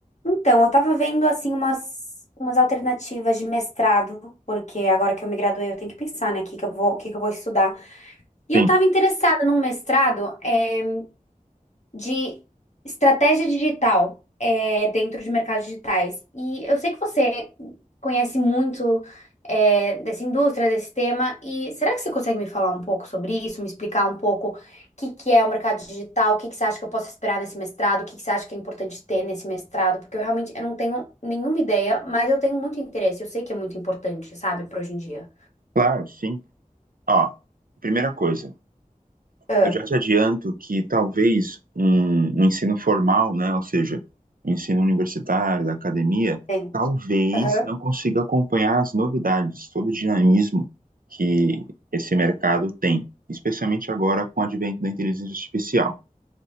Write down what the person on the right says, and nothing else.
Sim,
claro, sim. Ó, primeira coisa,
eu já te adianto que talvez um, um ensino formal, né, ou seja, um ensino universitário, da academia,
talvez
não consiga acompanhar as novidades, todo o dinamismo que esse mercado tem, especialmente agora com o advento da inteligência artificial.